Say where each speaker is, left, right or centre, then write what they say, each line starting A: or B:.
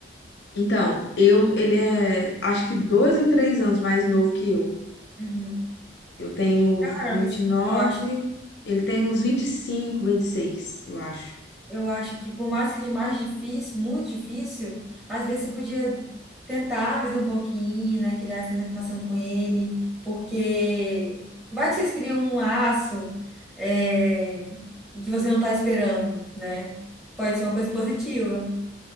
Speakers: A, on the left; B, in the centre.
A: Então, eu, ele é, acho que dois ou três anos mais novo que eu.
B: Uhum.
A: Eu tenho
B: Cara,
A: vinte
B: mas
A: e nove
B: eu acho
A: ele tem uns vinte vinte e cinco vinte e seis eu acho.
B: Eu acho que por mais que seja mais difícil, muito difícil, às vezes você podia tentar mais um pouquinho, né? Criar essa relação com ele, porque vai que vocês criam um laço, é que você não está esperando, né? Pode ser uma coisa positiva.